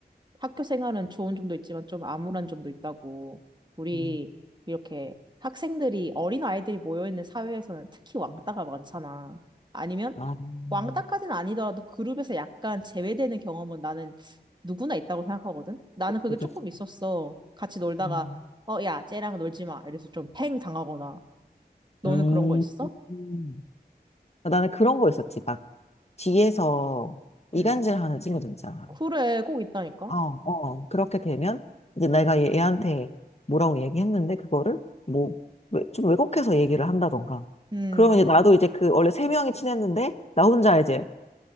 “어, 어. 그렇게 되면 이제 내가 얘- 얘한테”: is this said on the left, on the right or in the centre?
Left